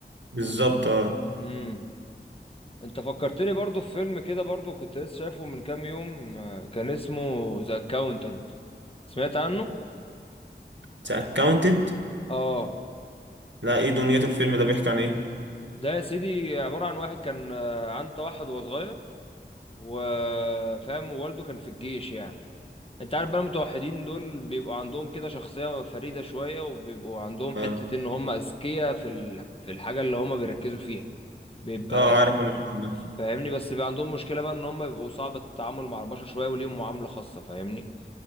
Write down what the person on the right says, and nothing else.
بالظبط اه
اتس اكاونتد
لا ايه دنيته الفيلم ده بيحكي عن ايه
اه
اه عارف انا الحوار
ده